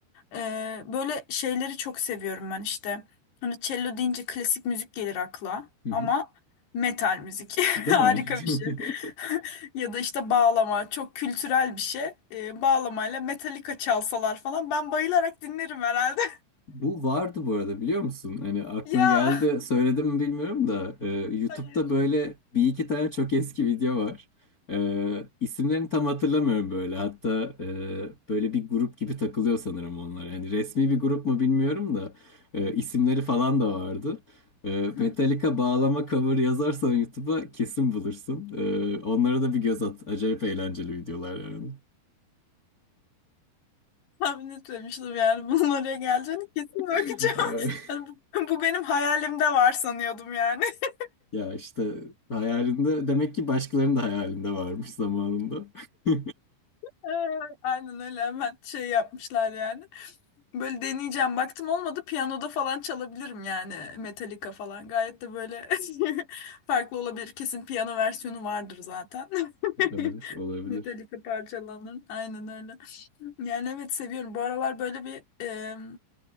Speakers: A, on the left; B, on the left.
A: Ee, böyle şeyleri çok seviyorum ben işte. Hani cello deyince klasik müzik gelir akla
B: Hı hı.
A: ama metal müzik <laughs>
B: Değil
A: harika
B: mi?
A: bir şey. <laughs>
B: <laughs>
A: Ya da işte bağlama çok kültürel bir şey. Ee, bağlamayla Metallica çalsalar falan ben bayılarak dinlerim herhalde.
B: Bu vardı bu arada biliyor musun? Hani
A: <laughs>
B: aklına
A: Ya
B: geldi de söyledim mi bilmiyorum da e, YouTube'da
A: hayır.
B: böyle bir iki tane çok eski video var. E, isimlerini tam hatırlamıyorum böyle. Hatta e, böyle bir grup gibi takılıyor sanırım onlar. Yani resmi bir grup mu bilmiyorum da e, isimleri falan da vardı. E,
A: Hı,
B: Metallica bağlama cover yazarsan YouTube'a kesin bulursun. E, onlara da bir göz at. Acayip eğlenceli videolar yani.
A: Tahmin etmemiştim yani bunun oraya geleceğini kesin bakacağım.
B: <laughs>
A: <laughs> Yani bu, bu benim hayalimde var sanıyordum yani. <laughs>
B: Ya işte hayalinde demek ki başkalarının da hayalinde varmış zamanında. <laughs>
A: Ee, Aynen öyle hemen şey yapmışlar yani. Böyle deneyeceğim. Baktım olmadı. Piyanoda falan çalabilirim yani. Metallica falan. Gayet de böyle <laughs> farklı olabilir. Kesin piyano versiyonu vardır zaten.
B: Olabilir,
A: <laughs>
B: olabilir.
A: Metallica parçalarının. Aynen öyle. Yani evet seviyorum. Bu aralar böyle bir e,